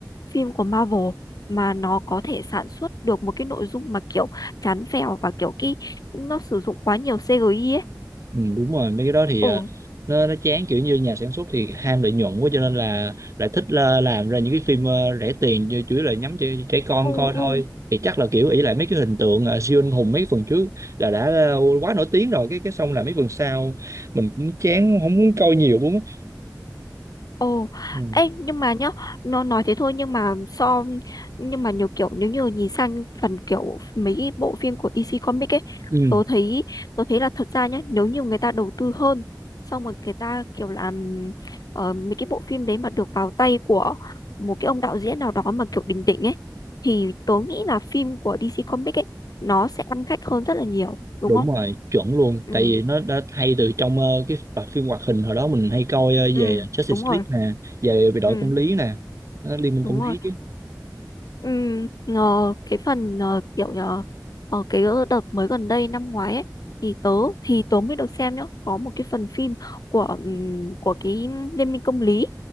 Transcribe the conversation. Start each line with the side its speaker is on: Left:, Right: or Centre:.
Left: phim của Marvel mà nó có thể sản xuất được một cái nội dung mà kiểu chán phèo và kiểu cái nó sử dụng quá nhiều CGI ấy.
Right: Ừ, đúng rồi mấy cái đó thì
Left: Ồ,
Right: ờ, nó nó chán kiểu như nhà sản xuất thì ham lợi nhuận quá cho nên là lại thích là làm ra những cái phim ờ, rẻ tiền như chủ yếu là nhắm cho trẻ con
Left: ừ,
Right: coi
Left: ừ.
Right: thôi thì chắc là kiểu ỷ lại mấy cái hình tượng ờ, siêu anh hùng mấy phần trước là đã ờ, quá nổi tiếng rồi cái cái xong là mấy phần sau mình cũng chán không muốn coi nhiều luôn á.
Left: Ồ,
Right: ừ.
Left: ê, nhưng mà nhá, nó nói thế thôi nhưng mà so nhưng mà nhiều kiểu nếu như nhìn sang phần kiểu mấy cái bộ phim của DC Comics ấy,
Right: ừ
Left: tôi thấy tôi thấy là thật ra nhá, nếu như người ta đầu tư hơn, xong rồi người ta kiểu làm ờ, mấy cái bộ phim đấy mà được vào tay của một cái ông đạo diễn nào đó mà kiểu đỉnh đỉnh ấy thì tôi nghĩ là phim của DC Comics ấy nó sẽ ăn khách hơn rất là nhiều, đúng
Right: đúng
Left: không?
Right: rồi chuẩn luôn
Left: Ừ,
Right: tại vì nó đã hay từ trong ờ, cái loạt phim hoạt hình hồi đó mình hay coi ờ,
Left: ừ,
Right: về Justice
Left: đúng rồi.
Right: League nè về về đội
Left: Ừ,
Right: công lý nè Đó, Liên minh
Left: đúng
Right: công
Left: rồi.
Right: lý chứ
Left: Ừ, ngờ cái phần ờ, kiểu nhờ ở cái đợt mới gần đây năm ngoái ấy, thì tớ thì tớ mới được xem nhá có một cái phần phim của ừm, của cái Liên minh công lý